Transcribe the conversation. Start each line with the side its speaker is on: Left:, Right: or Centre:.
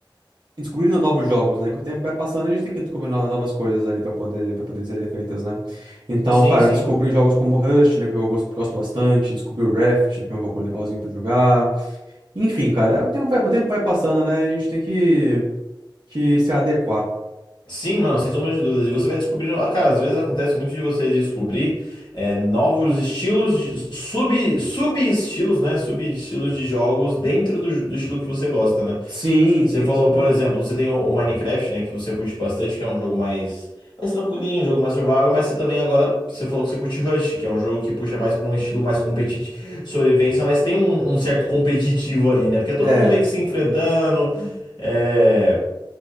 Right: descobri no- novos jogos, né? Que o tempo vai passando e a gente tem que descobrir no- novas coisas ali para poder para poder serem feitas, né? Então,
Left: Sim,
Right: cara,
Left: sim.
Right: eu descobri jogos como Rust, né, que eu gosto, gosto bastante, descobri o Raft, que é um jogo legalzinho para jogar. Enfim, cara, o tempo vai, o tempo vai passando, né? A gente tem que que se adequar.
Left: Sim, mano, sem sombra de dúvidas. E você vai descobrindo. ah, Cara, às vezes acontece muito de você descobrir é, novos estilos, de- sub, sub-estilos, né? Sub-estilos de jogos dentro do, do estilo que você gosta, né?
Right: Sim,
Left: Você
Right: sim,
Left: falou,
Right: isso é verdade.
Left: por exemplo, você tem o o Minecraft, né, que você curte bastante, que é um jogo mais mais tranquilinho, um jogo mais survival, mas você também agora você falou que você curte Rush, que é um jogo que puxa mais para um estilo mais competitivo, sobrevivência, mas tem um, um certo competitivo ali, né? Porque é todo
Right: É,
Left: mundo meio que se enfrentando,
Right: exatamente.
Left: é,